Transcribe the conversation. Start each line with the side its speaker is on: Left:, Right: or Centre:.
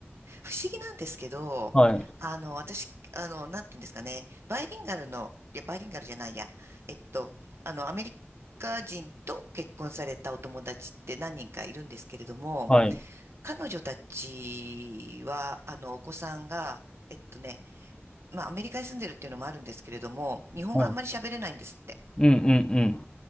Right: 不思議なんですけど、
Left: はい。
Right: あの、私、あの、なんていうんですかね、バイリンガルの、いや、バイリンガルじゃないや、えっと、あの、アメリカ人と結婚されたお友達って何人かいるんですけれども、
Left: はい。
Right: 彼女たちは、あの、お子さんが、えっとね、まあ、アメリカに住んでるっていうのもあるんですけれども、日本語あんまり喋れないんですって。
Left: はい。うんうんうん。